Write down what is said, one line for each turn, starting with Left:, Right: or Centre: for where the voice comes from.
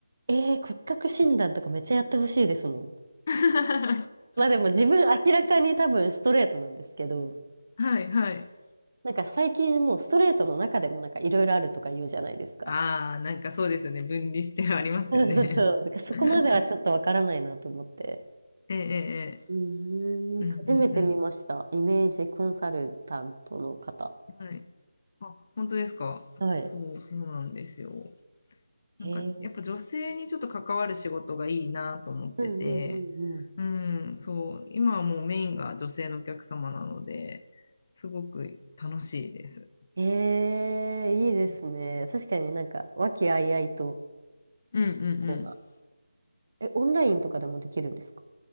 Right: えー、骨格診断とかめっちゃやってほしいですもん。
Left: <laughs>
Right: まあでも自分明らかに多分ストレートなんですけど、
Left: はい、はい。
Right: なんか最近もうストレートの中でもなんかいろいろあるとか言うじゃないですか。
Left: ああ、なんかそうですよね。分離してありますよね。
Right: そうそうそう。だからそこまではちょっとわからないなと思って。
Left: <laughs> ええ、<laughs> ええ、ええ
Right: うーん。
Left: うんうん
Right: 初めて見ました。イメージコンサルタントの方。
Left: うん。はい。あ、本当ですか。
Right: はい。
Left: そう、そうなんですよ。
Right: へえ。
Left: なんか、やっぱ女性にちょっと関わる仕事がいいなと思ってて、
Right: うんうんうんうん。
Left: うん、そう、今はもうメインが女性のお客様なので、すごく楽しいです。
Right: へえ、いいですね。
Left: う
Right: 確かになんか、和気あいあいと、
Left: んうんう
Right: こうな。
Left: ん。
Right: え、オンラインとかでもできるんですか